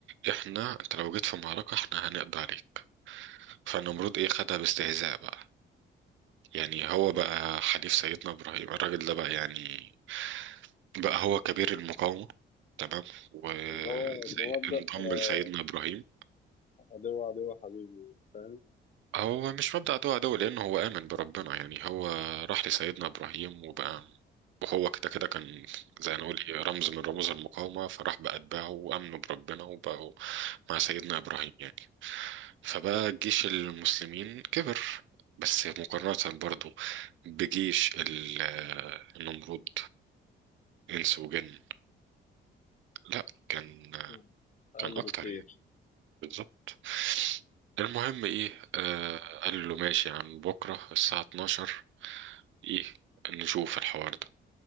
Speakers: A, on the right (about 75°); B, on the left (about 40°).
A: احنا انت لو جيت في المعركة احنا هنقضي عليك فالنمرود ايه خدها باستهزاء بقى يعني هو بقى حليف سيدنا ابراهيم الراجل ده بقى يعني بقى هو كبير المقاومة تمام وانضم
B: اللي هو بمبدأ آه،
A: لسيدنا إبراهيم
B: عدو عدو حبيبي فاهم؟
A: هو مش مبدأ عدو عدو لأنه هو آمن بربنا يعني هو راح لسيدنا إبراهيم وبقى وهو كده كده كان زي ما نقول إيه، رمز من رموز المقاومة فراح بأتباعه وآمنوا بربنا وبقوا مع سيدنا إبراهيم يعني فبقى جيش المسلمين كبر بس مقارنة برضو بجيش ال- النمرود إنس وجن لا كان
B: مم. اقل
A: كان أكتر
B: بكتير
A: يعني بالظبط المهم ايه آه قال له ماشي يا عم بكرة الساعة 12 ايه نشوف الحوار ده